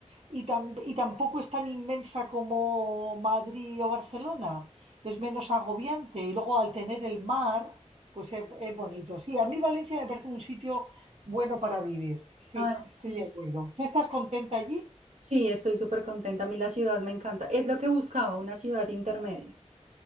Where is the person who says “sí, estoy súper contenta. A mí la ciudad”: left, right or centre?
Right